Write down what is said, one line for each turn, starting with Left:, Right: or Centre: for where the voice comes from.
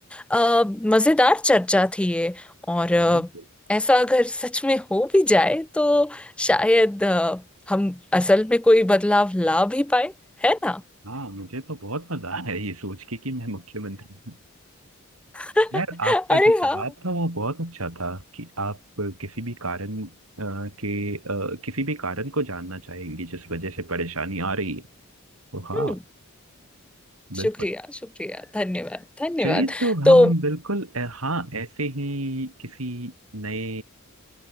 Centre: अ, मजेदार चर्चा थी ये और अ,
Right: बिल्कुल
Centre: ऐसा अगर सच में हो भी जाए तो शायद अ, हम असल में कोई बदलाव ला भी पाए है ना
Right: हाँ मुझे तो बहुत मजा आया ये सोच के कि मैं मुख्यमंत्री हूँ
Centre: <laughs>
Right: यार आपका
Centre: अरे
Right: जो
Centre: हाँ
Right: जवाब था वो बहुत अच्छा था कि आप किसी भी कारण अ, के अ, किसी भी कारण को जानना चाहेंगे जिस वजह से परेशानी आ रही है तो हाँ
Centre: हम्म
Right: बिल्कुल
Centre: शुक्रिया शुक्रिया धन्यवाद धन्यवाद
Right: चलिए तो हम
Centre: तो
Right: बिल्कुल अ, हाँ ऐसे ही किसी नए